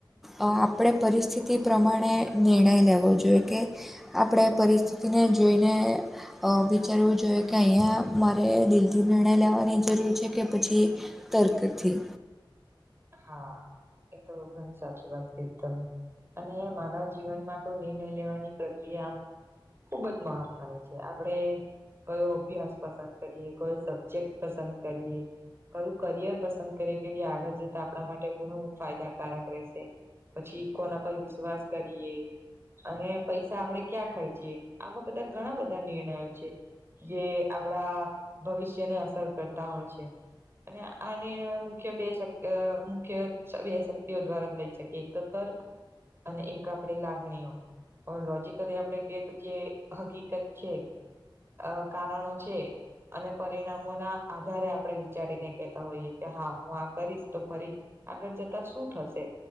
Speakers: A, in the centre; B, on the right (about 30°).
A: અ આપડે પરિસ્થિતિ પ્રમાણે નિર્ણય લેવો જોઈએ કે આપડે પરિસ્થિતિને જોઈને અ વિચારવું જોઈએ કે અહીંયા મારે દિલથી નિર્ણય લેવાની જરૂર છે કે પછી તર્ક થી.
B: હા એ તો ઘણી સાચી વાત કરી તમે અને માનવ જીવનમાં તો નિર્ણય લેવાની પ્રક્રિયા આમ ખુબ જ મહત્વની છે આપણે કયો અભ્યાસ પસંદ કરીએ કયો સબ્જેક્ટ પસંદ કરીએ. કયું કરિયર પસંદ કરે કે જે આગળ જ તો આપણા માટે ઘણું ફાયદાકારક રહેશે પછી કોના પર વિશ્વાસ કરીએ. અને પૈસા આપડે ક્યાં ખર્ચીએ આવા બધા ઘણા બધા નિર્ણયો છે. જે આપડા ભવિષ્યને અસર કરતા હોય છે. અને આની મુખ્ય બે શક કે મુખ્ય બે શક્તિઓ દ્વારા લઈ શકી એક તો તર્ક અને એક આપડી લાગણીઓ. પણ લોજીકલી આપડે કે તો કે હકીકત છે. અ કારણો છે. અને પરિણામો ના આધારે આપણે વિચારીને કેતા હોઈએ કે હા હું આ કરીશ તો ફરી આગળ જતા શું થશે